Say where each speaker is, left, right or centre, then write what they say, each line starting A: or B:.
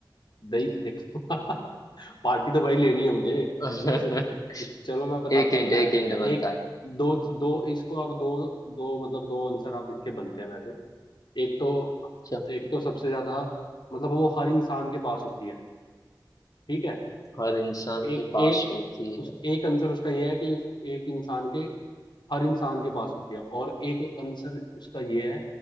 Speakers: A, on the left (about 70°); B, on the left (about 50°).
A: दही देखो <laughs> पार्टी तो भाई लेनी है मुझे
B: <laughs>
A: अच्छा च- चलो मैं बता
B: एक हिंट
A: मैं
B: एक हिंट बनता
A: एक
B: है
A: दो दो इसको आप दो दो मतलब दो आंसर आप इसके बनते हैं वैसे एक तो
B: अच्छा,
A: एक तो सबसे ज्यादा मतलब वो हर इंसान के पास होती है ठीक है
B: हर इंसान
A: एक
B: के पास
A: एक
B: होती
A: उस
B: है
A: एक आंसर उसका ये है कि उस एक इंसान के हर इंसान के पास होती है और एक आंसर उसका ये है